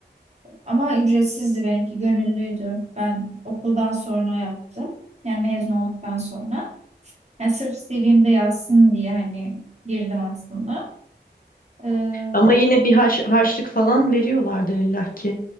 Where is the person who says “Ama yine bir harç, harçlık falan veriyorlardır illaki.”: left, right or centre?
Left